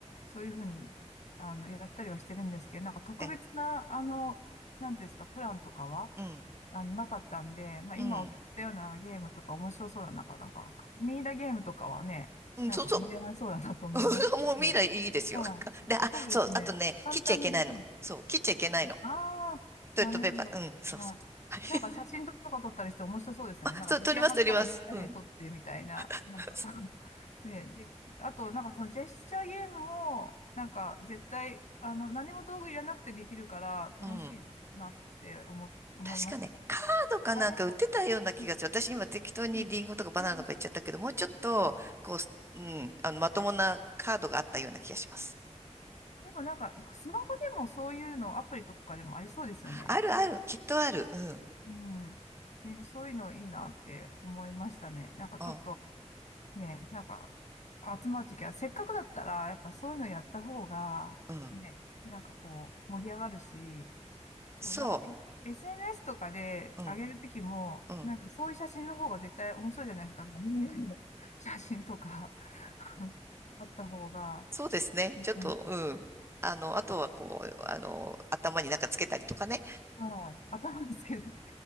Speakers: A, on the left; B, on the right.
A: そういうふうに、あの、やったりはしてるんですけど、なんか特別な、
B: え、
A: あの、なんていうんですか、プランとかは、
B: うん、
A: あの、なかったんで、まあ、
B: うん。
A: 今お聞きしたようなゲームとか面白そうだな、なんか、ミイラゲームとかはね、
B: うん、
A: なんか盛り上がりそうだなと思いますし、
B: そうそう。<laughs> もう未来いいですよ。
A: はい。
B: <laughs> で、あ、
A: そうですね。
B: そう、あとね、
A: 簡単にできる。
B: 切っちゃいけないの。そう、切っちゃいけないの。
A: ああー、
B: トイレットペーパー。
A: なるほど。
B: うん、そうそう。
A: はい。
B: はい。
A: なんか写真とか撮ったりして面白そうですよね。
B: <laughs> あ、
A: なんか出来上がったらみんなで撮ってみたいな。
B: そう、取ります、取ります。うん。<laughs>
A: なんか <laughs> ね、で、あと、なんかそのジェスチャーゲームも、なんか絶対、あの、何も道具いらなくてできるから楽しいなって思、
B: うん。
A: 思いましたね。
B: 確かね、カードかなんか売ってたような気がする。
A: あれは、うん、
B: 私今適当にリンゴとかバナナとか言っちゃったけど、
A: うん、うん、
B: もうちょっと、
A: うん。
B: こう、すうん、あの、まともなカードがあったような気がします。
A: でもなんか、スマホでもそういうの、アプリとかでもありそうですよね。
B: あるある、きっとある。うん。
A: うん。ね、そういうのいいなって思いましたね。なんかちょっと、
B: あ、
A: ね、なんか、集まるときは、せっかくだったら、やっぱそういうのやった方が、
B: うん。
A: ね、なんかこう、盛り上がるし、そう、
B: そ
A: なんか、え SNS とかで上げるときも、
B: う。うん。うん。
A: なんかそういう写真の方が絶対面白いじゃないですか。みんなの写真とか <laughs> あった方が、
B: そうですね。
A: なんかうん
B: ちょっと、うん。あの、あとはこう、あの、頭になんかつけたりとかね。
A: はい、頭ですけど